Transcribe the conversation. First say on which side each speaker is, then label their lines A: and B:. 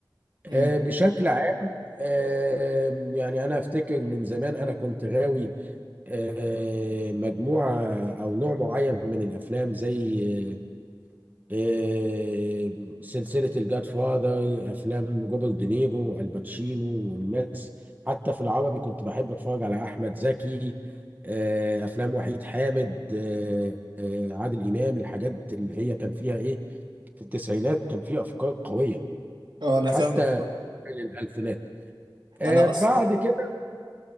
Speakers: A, on the right; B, on the right.
A: امم
B: آه، بشكل عام آه، يعني انا افتكر من زمان انا كنت غاوي آه، مجموعه او نوع معين من الافلام زي آه، سلسلة الجاد فاذر أفلام روبرت دينيرو والباتشينو والناس حتى في العربي كنت بحب أتفرج على أحمد زكي آه، أفلام وحيد حامد آه، آه، عادل إمام الحاجات اللي هي كان فيها إيه في التسعينات كان فيها أفكار قوية
A: اه
B: وحتى
A: انا فاهمك اه
B: الألفينات آه،
A: انا
B: بعد
A: اصلا
B: كده